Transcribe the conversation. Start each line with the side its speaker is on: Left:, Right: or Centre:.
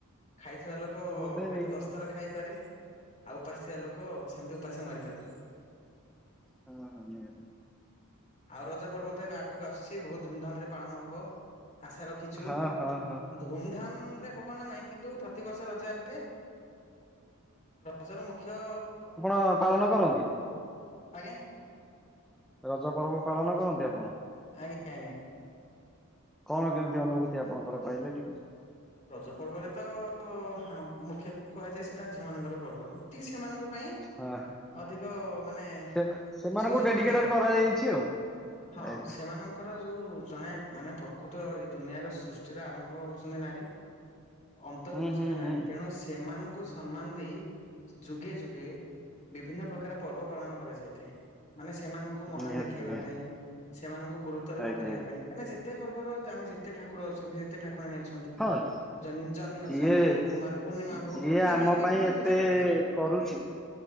Left: ଖାଇଥିବା ଲୋକ
Centre: ବୋଧେ
Left: ହୁଏତ
Centre: ହେଇଥିବ।
Left: ଦଶ ଥର ଖାଇପାରେ ଆଉ ଉପାସିଆ ଲୋକ ସେମିତି ଉପାସେ ମାରିପାରେ।
Centre: ହଁ ହଁ ନିହାତି।
Left: ଆଉ ରଜ ପର୍ବ ତ ଏବେ ଆଗୁକୁ ଆସୁଚି ବହୁତ୍ ଧୁମଧାମ୍ ରେ ପାଳନ ହ ବ ଆଶା ରଖିଚୁ।
Centre: ହଁ
Left: ଉଁ
Centre: ହଁ ହଁ
Left: - ଧୁମଧାମ୍ ରେ ହବନା ନାଇଁ କିନ୍ତୁ ପ୍ରତିିବର୍ଷ ରେ ରଜ ର ମୁଖ୍ୟ
Centre: ହଁ ପାଳନ କରନ୍ତି।
Left: ଆଜ୍ଞା।
Centre: ରଜ ପର୍ବ ପାଳନ କରନ୍ତି ଆପଣ?
Left: ଆଜ୍ଞା -ଆଜ୍ଞା।
Centre: କଣ କେମିତି ଅନୁଭୂତି ଆପଣଙ୍କର କହିଲେ ଟିକେ?
Left: ରଜ ପର୍ବରେ ତ ହାଁ ମୁଖ୍ୟତଃ କୁହାଯାଏ ସେଟା ଝିଅ ମାନଙ୍କର ପର୍ବ। ଟିକେ ସେମାନଙ୍କ ପାଇଁ
Centre: <unintelligible>
Left: ଅଧିକ ମାନେ
Centre: ସେ ସେମାନଙ୍କୁ
Left: ସୁଯୋଗ
Centre: ଡେଡିକେଟେଡ
Left: ଥାଏ
Centre: କରାଯାଇଛି
Left: -
Centre: ଆଉ।
Left: ହଁ ସେମାନଙ୍କ ଙ୍କର ଯଉ ଜଣେ ମାନେ ପ୍ରକୃତ ଏଇ ଦୁନିଆର ସୃଷ୍ଟିର ଆରମ୍ଭ ହଉଚନ୍ତି ନାରୀ। ଅନ୍ତ
Centre: ହୁଁ
Left: ବି ହଉଚନ୍ତି
Centre: ହୁଁ
Left: ନାରୀ
Centre: ହୁଁ
Left: ତେଣୁ ସେମାନଙ୍କୁ ସ୍ ସମ୍ମାନ ଦେଇ ଯୁଗେ ଯୁଗେ ବିଭିନ୍ନ ପ୍ରକାର ପର୍ବ ପାଳନ କରାଯାଇଥାଏ। ମାନେ ସେମାନଙ୍କୁ ମହାନ୍
Centre: ନିହାତି
Left: ଦେଖେଇବା
Centre: ନିହାତି
Left: ପାଇଁ ସେମାନଙ୍କୁ ଗୁରୁତ୍ୱାରୋପ
Centre: ଆଜ୍ଞା
Left: କରିବା ପାଇଁ ତମେ ଯେତେ ପର୍ବର ଦାମେ ଯେତେ ଠାକୁର ଅଛନ୍ତି ଯେତେ ଠାକୁରାଣୀ ଅଛନ୍ତି
Centre: ଅନ୍ସ-
Left: ଜହ୍ନି
Centre: ଯିଏ
Left: ଓଷା ହଉ
Centre: -ଯିଏ
Left: କୁମାର ପୂର୍ଣ୍ଣିମା ହଉ ପ୍ରତି
Centre: ଆମ
Left: ଦେବୀଙ୍କୁ
Centre: ପାଇଁ
Left: ହିଁ
Centre: ଏତେ
Left: ପୂଜା କରାଯାଏ।
Centre: କରୁଚି